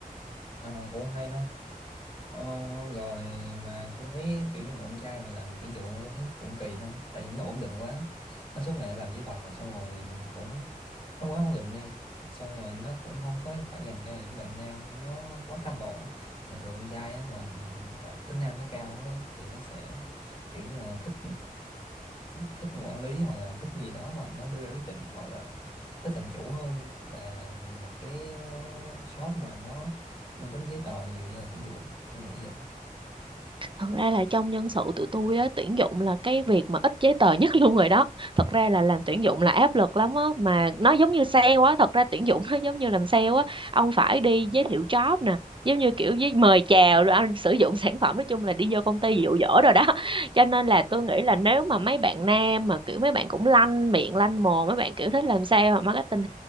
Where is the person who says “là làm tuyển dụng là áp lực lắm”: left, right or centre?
Right